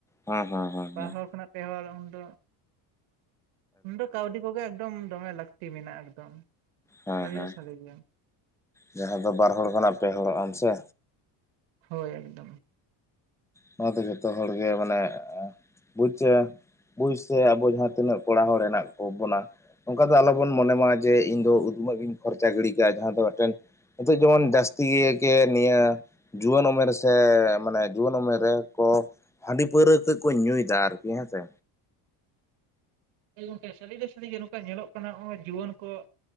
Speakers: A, in the centre; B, on the right.
A: ᱦᱮᱸ ᱦᱮᱸ ᱦᱮᱸ
B: ᱵᱟᱨ
A: ᱦᱮᱸ
B: ᱦᱚᱲ ᱠᱷᱚᱱᱟᱜ ᱯᱮ ᱦᱚᱲ ᱩᱱᱫᱚ ᱩᱱ ᱫᱚ, ᱠᱟᱹᱣᱰᱤ ᱠᱚᱜᱮ ᱮᱠᱫᱚᱢ ᱫᱚᱢᱮ ᱞᱟᱹᱠᱛᱤ ᱢᱮᱱᱟᱜᱼᱟ ᱮᱠᱫᱚᱢ
A: ᱦᱮᱸ
B: ᱥᱟᱹᱨᱤ
A: ᱦᱮᱸ
B: ᱫᱚ ᱥᱟᱹᱨᱤ ᱜᱮ
A: ᱡᱟᱦᱟᱸ ᱫᱚ ᱵᱟᱨ ᱦᱚᱲ ᱠᱷᱚᱱᱟᱜ ᱯᱮ ᱦᱚᱲᱚᱜ ᱟᱢ ᱥᱮ
B: ᱦᱳᱭ ᱮᱠᱫᱚᱢ
A: ᱱᱚᱣᱟᱛᱮ ᱡᱚᱛᱚ ᱦᱚᱲᱜᱮ ᱢᱟᱱᱮ ᱵᱩᱡᱽᱟᱹ ᱯᱩᱨᱩᱥ ᱥᱮ ᱟᱵᱚ ᱡᱟᱦᱟᱸ ᱛᱤᱱᱟᱹᱜ ᱠᱚᱲᱟ ᱦᱚᱲ ᱢᱮᱱᱟᱜ ᱠᱚ ᱵᱚᱱᱟ ᱚᱱᱠᱟ ᱫᱚ ᱟᱞᱚᱵᱚᱱ ᱢᱚᱱᱮᱢᱟ ᱡᱮ ᱤᱧ ᱫᱚ ᱩᱫᱢᱟᱜ ᱜᱤᱧ ᱠᱷᱚᱨᱪᱟ ᱜᱤᱰᱤ ᱠᱟᱜᱼᱟ ᱡᱟᱦᱟᱸ ᱫᱚ ᱢᱤᱫᱴᱮᱱ ᱱᱤᱛᱚᱜ ᱡᱮᱢᱚᱱ ᱡᱟᱹᱥᱛᱤ ᱜᱮ ᱱᱤᱭᱟᱹ ᱡᱩᱣᱟᱹᱱ ᱩᱢᱮᱨ ᱥᱮ ᱢᱟᱱᱮ ᱡᱩᱣᱟᱹᱱ ᱩᱢᱮᱨ ᱨᱮ ᱠᱚ ᱦᱟᱺᱰᱤ ᱯᱟᱹᱣᱨᱟᱹ ᱠᱟᱡ ᱠᱚ ᱧᱩᱭ ᱮᱫᱟ ᱟᱨᱠᱤ᱾ ᱦᱮᱸ ᱥᱮ
B: ᱦᱮᱸ ᱜᱚᱝᱠᱮ ᱥᱟᱹᱨᱤ ᱫᱚ ᱥᱟᱹᱨᱤ ᱜᱮ ᱱᱚᱝᱠᱟ ᱧᱮᱞᱚᱜ ᱠᱟᱱᱟ ᱱᱚᱜᱼᱚᱭ ᱡᱩᱣᱟᱹᱱ ᱠᱚ